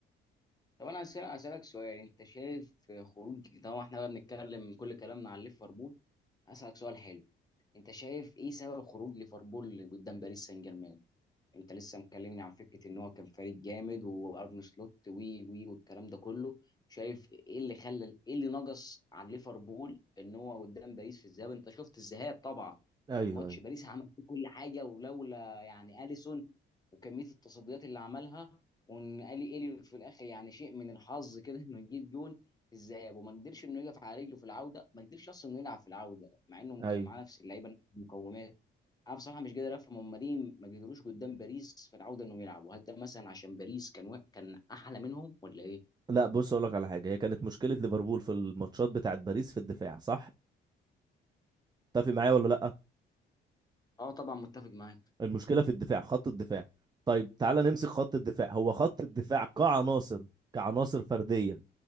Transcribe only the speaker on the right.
ايوه
ايوه
ايوه
لا بص اقول لك على حاجه هي كانت مشكله ليفربول في الماتشات بتاعت باريس في الدفاع صح تتفق معايا ولا لا
المشكله في الدفاع خط الدفاع طيب تعالى نمسك خط الدفاع هو خط الدفاع كعناصر كعناصر فرديه